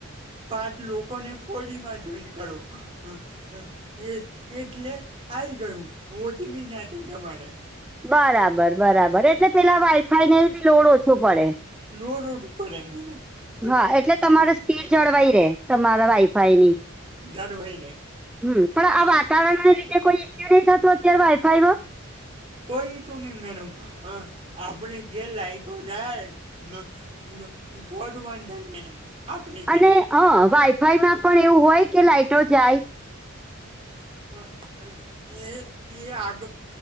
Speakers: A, on the right; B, in the centre.
A: પાંચ લોકોને ફોરજીમાં જોઇન્ટ કરો. હહ એ એટલે આઈ ગયુ <unintelligible> તમારે
B: બરાબર બરાબર. એટલે પેલા વાઈફાઈ ને બી લોડ ઓછો પડે.
A: લોડ ઓછો પડે <unintelligible>
B: હા એટલે તમારે સ્પીડ જળવાઈ રહેે તમારા વાઈફાઈની.
A: જળવાઈ ને.
B: હમ પણ આ વાતાવરણના લીધે કોઈ ઇસ્યુ નઈ થતું અત્યારે વાઈફાઈમાં?
A: કોઈ તું નહી મેડમ. હ આપણે ઘેર લાઈટો જાય. <inaudible> તો જ બંધ થાય મેડમ. આપણે ઘેર
B: અને હા વાઈફાઈમાં પણ એવું હોય કે લાઈટો જાય?
A: હહ હહ હહ એ એ આગ